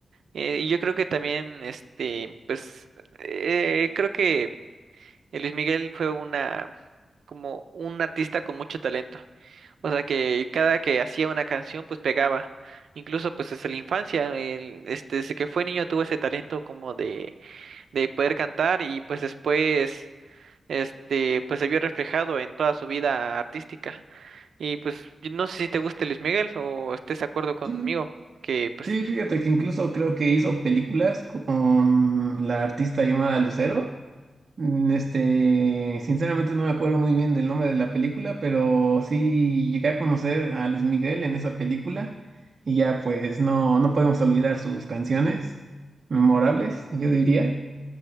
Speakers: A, on the right; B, on the right.
A: Eh, y yo creo que también, este, pues, eh, eh, creo que eh, Luis Miguel fue una, como un artista con mucho talento. O sea que cada que hacía una canción, pues pegaba. Incluso pues desde la infancia, él, este, desde que fue niño tuvo ese talento como de, de poder cantar y pues después, este, pues se vio reflejado en toda su vida artística. Y pues yo no sé si te guste Luis Miguel o estés de acuerdo conmigo,
B: Sí,
A: que pues
B: sí, fíjate que incluso creo que hizo películas con la artista llamada Lucero. Mm, Este, sinceramente no me acuerdo muy bien del nombre de la película, pero sí llegué a conocer a Luis Miguel en esa película y ya pues no, no podemos olvidar sus canciones memorables, yo diría.